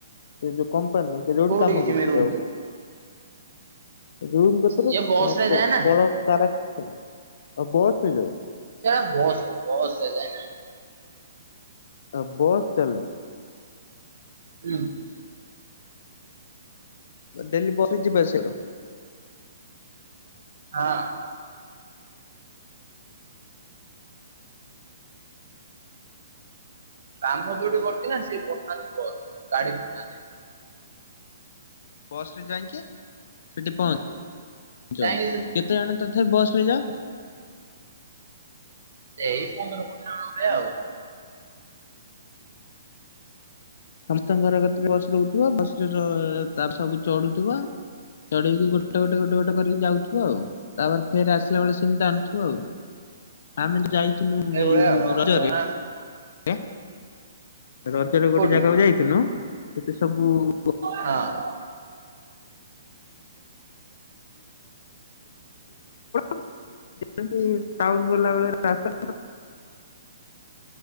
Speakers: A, on the left; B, on the right.
A: ସେ ଯୋଉ କମ୍ପାନୀ ଯୋଉଠି
B: କୋଉଠିକି
A: କାମ
B: ଯିମି
A: କରୁ
B: ରୁମକୁ
A: ଯାଉ? ରୁମ କତୁରୁ
B: ଇଏ ବସରେ ଯାଏ ନା।
A: କଳ କାରା ଖାନା, ଆଉ ବସ୍ ରେ ଯାଉ।
B: ସେ ପା ବସ୍, ବସ୍ ରେ ଯାଏନା।
A: ଆ ବସ୍ ଚାଲେ।
B: ହୁଁ।
A: ଡେଲି ବସ ରେ ଯିବା ଆସିବା କର।
B: ହଁ। କାମ ଯୋଉଠି କରିଛି ନା ସିଏ ପଠାନ୍ତି ବସ ଗାଡି ପଠାନ୍ତି।
A: ବସରେ ଯାଇକି ସେଠି ପହ ଞ୍ଚୁଚ,
B: ଯାଇକି
A: କେତେ ଜଣ ତଥାପି ବସ ରେ ଯାଅ?
B: ଏଇ ପନ୍ଦର କୋଡ଼ିଏ ଜଣ ଭଳିଆ ଉ।
A: ସମସ୍ତଙ୍କ ଘର କତିରେ ବସ ରହୁଥିବ, ବସ ରେ ତା ସବୁ ଚଢୁଥିବ। ଚଢିକି ଗୋଟେ, ଗୋଟେ, ଗୋଟେ, ଗୋଟ କରିକି ଯାଉ ଥିବ, ଆଉ ତାପରେ ଫେର ଆସିଲା ବେଳେ ସେମିତି ଆଣିଥିବ ଆଉ। ଆମେ ଯୋଉ ଯାଇଥିନୁ
B: ସେଇଭଳିଆ
A: ଏଇ
B: ଆଉ ହଁ ଏଇଭଳିଆ
A: ରଜରେ ରେ ରଜରେ ଗୋଟେ
B: କୋଉଠି
A: ଜାଗାକୁ ଯାଇଥିନୁ ସେଠି ସବୁ <unintelligible>
B: ହଁ।
A: <unintelligible> ଯେମତି ଟାଉନ ଗଲାବେଳେ ରାସ୍ତା